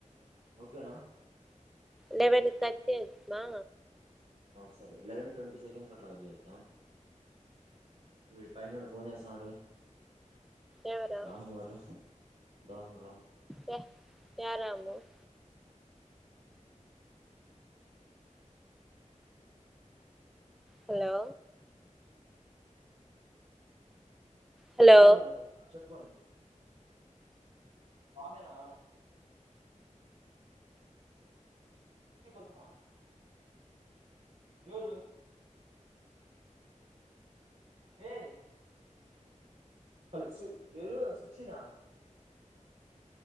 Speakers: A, on the right; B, in the centre.
A: ఓకేనా.
B: లెవెన్ థర్టీస్ మా
A: సరే లెవెన్ ట్వంటీ సెకండ్స్ అట్లాగా చూద్దాం వీడి పైనడు ఫోన్ చేస్తాన్నాడే.
B: ఎవరు
A: రామగడ <unintelligible> రామ్ రామ్.
B: ప తారము <unintelligible> హలో! హలో
A: ఫోన్ మట్లాడుతున్నా చెప్పు. <unintelligible> ఆ మేనా శుభ సమా <unintelligible> ఎవరు? రేయ్! హలో! సు ఎవరు సుచినా?